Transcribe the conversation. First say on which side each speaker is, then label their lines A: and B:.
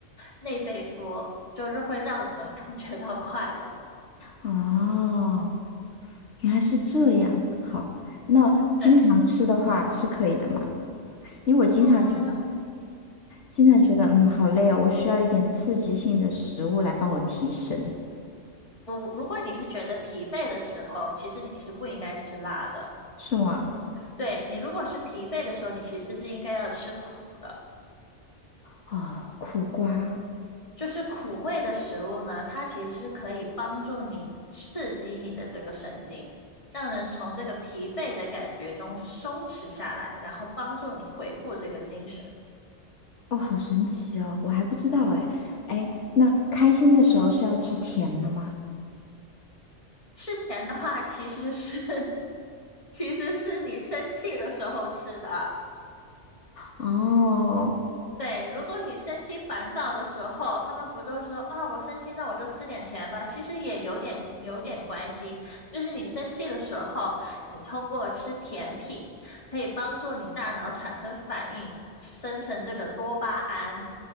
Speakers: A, on the left (about 25°); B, on the left (about 70°).
A: 内啡素，就是会让我们感觉到快乐。
B: 哦，原来是这样。好，那经常吃的话是可以的嘛？
A: 对，
B: 因为我经常觉得，
A: 嗯。
B: 经常觉得，嗯，好累哦，我需要一点刺激性的食物来帮我提神，
A: 我如果你是觉得疲惫的时候，其实你是不应该吃辣的。
B: 是吗？
A: 对，你如果是疲惫的时候，你其实是应该要吃苦的。
B: 哦，苦瓜，
A: 就是苦味的食物呢，它其实是可以帮助你刺激你的这个神经，让人从这个疲惫的感觉中松弛下来，然后帮助你恢复这个精神。
B: 哦，好神奇哦，我还不知道哎，哎，那开心的时候是要吃甜的吗？
A: 吃甜的话，其实是 <laughs> 其实是你生气的时候吃的。
B: 哦，
A: 对，如果你生气烦躁的时候，他们不就是说啊，我生气，那我就吃点甜吧？其实也有点有点关系，就是你生气的时候，你通过吃甜品可以帮助你大脑产生反应，生成这个多巴胺，